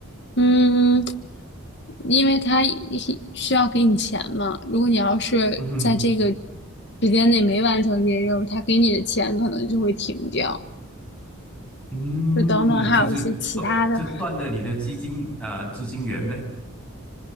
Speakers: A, on the left; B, in the centre.
A: 嗯，因为他一需要给你钱嘛，如果你要是在这个
B: 嗯哼
A: 时间内没完成这些任务，他给你的钱可能就会停掉，
B: 嗯，
A: 就等等，还有一些其他的，
B: 就是断就断了你的基金啊、呃资金源呗。